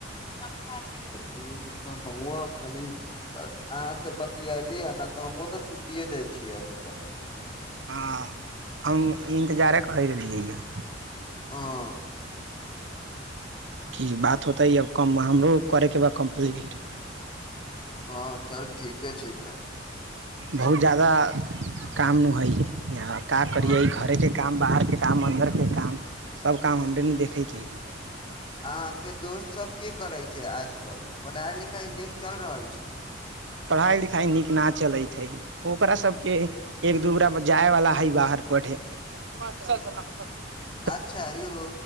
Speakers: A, on the left (about 30°); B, on the right (about 70°).
A: मतलब हमहुँ आ तनि अहाँ से बतियैलीया ना त तऽ हमहुँ तऽ सुतिए जाइ छियै अभी तऽ।
B: हँ हम इन्तजार करै रहलियै यऽ।
A: हां
B: कि बात होतै आब कम हमरो करैके बा कम्प्लीट।
A: हँ चल ठीके छैय तऽ।
B: बहुत ज्यादा काम न हइ यहाँ काज करियै
A: हँ
B: घरे के काम बाहरके काम अन्दरके काम सब काम हमरे ने देखैके हइ।
A: अहा के दोस्त सब कि करे छैय आज कल पढ़ाई लिखाई नीक चल रहल छैय?
B: पढ़ाइ लिखाइ नीक न चलैत छैय। ओकरा सबके एक दूगरा जाय वला हय बाहर पढ़े। <unintelligible>
A: अच्छा यौ